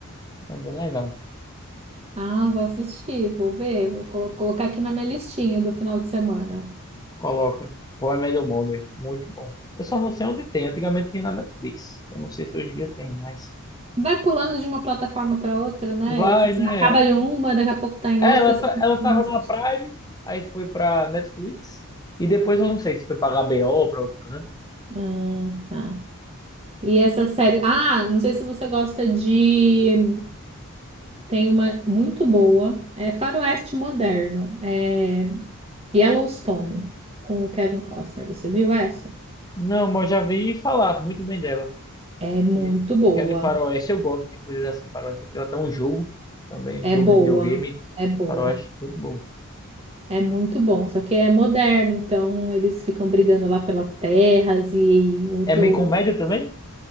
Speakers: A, on the left; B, on the right.
A: É bem legal.
B: Ah, vou assistir, vou ver, vou colo- colocar aqui na minha listinha do final de semana.
A: Coloca. How I Met Mother. Muito bom. Eu só não sei onde tem. Antigamente tinha na Netflix. Eu não sei se hoje em dia tem, mas...
B: Vai pulando de uma plataforma para outra, né?
A: Vai,
B: Você
A: né?
B: Acaba em uma, daqui a pouco tá em
A: É,
B: outra,
A: ela,
B: você
A: ta-
B: não
A: ela
B: sabe
A: tava na
B: mais.
A: Prime, aí foi pra Netflix, e depois eu não sei se foi pra HBO ou pra outro canto.
B: Ah, tá. E essa série. Ah, não sei se você gosta de. Tem uma muito boa. É Faroeste Moderno. É Yellowstone, com o Kevin Costner. Você viu essa?
A: Não, mas eu já vi falar muito bem dela.
B: É muito
A: E
B: boa.
A: que é de faroeste, eu gosto de coisas assim, faroeste. Eu tenho até um jogo também,
B: É
A: jogo
B: boa.
A: de videogame,
B: É boa.
A: faroeste, muito bom.
B: É muito bom. Só que é moderno, então eles ficam brigando lá pelas terras e muito.
A: É meio comédia também?